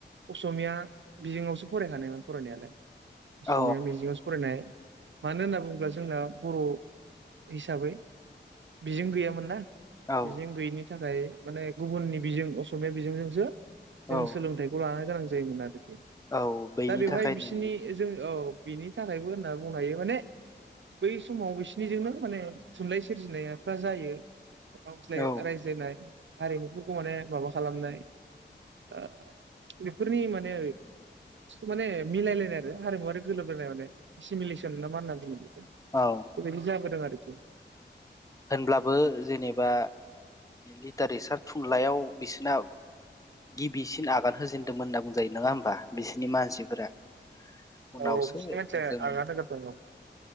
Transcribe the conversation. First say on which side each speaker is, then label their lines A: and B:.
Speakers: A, on the right (about 80°); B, on the left (about 15°).
A: असमिया बिजोङावसो फरायखानायोन फरायनायालाय असमिया
B: औ
A: बिजोंआवसो फरायनाय मानो होनना बुङोब्ला जोंना बर' हिसाबै बिजों गैयामोन ना
B: औ
A: बिजों गैयिनि थाखाय माने गुबुननि बिजों असमिया बिजोंजोंसो जों
B: औ औ
A: सोलोंथाइखौ लानो गोनां जा जायोमोन आरो
B: औ बैनि
A: दा बेवहाय
B: थाखायनो
A: बिसिनि जों औ बिनि थाखायबो सागुं माने बै समाव बिसिनिजोंनो माने थुनलाइ सोरजिनायफ्रा जायो <unintelligible>
B: औ
A: रायज्लायनाय हारिमुफोरखौ माने माबा खालामनाय ओ बेफोरनि माने माने मिलायलायनाय आरो हारिमुवारि गोरोबलायनाय माने फेमिलिसन ना मा बुङो बे
B: औ
A: बेबायदि जाबोदों आरो बेफो
B: होनब्लाबो जेनेबा लिटारेसार थुनलाइयाव बिसोरना गिबिसिन आगान होजेनदोंमोन होनना बुंजायो नङा होमबा बिसोरनि मानसिफोरा उनावसो
A: औ बिसोरनि मानसिया
B: जों
A: आंगा देनजार दंङ